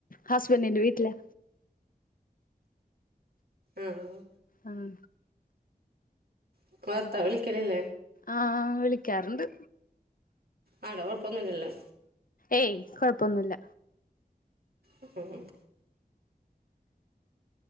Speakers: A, on the left; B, on the right.
A: ഹസ്ബൻഡിന്റെ വീട്ടിലാ
B: ആഹ്
A: അഹ്
B: ഇങ്ങളെ ഭർത്താവ് വിളിക്കലില്ലേ
A: ആഹ് വിളിക്കാറുണ്ട്.
B: അവിടെ കൊഴപ്പൊന്നും ഇല്ലല്ലോ
A: ഏയ് കൊഴപ്പൊന്നുല്ല.
B: ഉം ഉം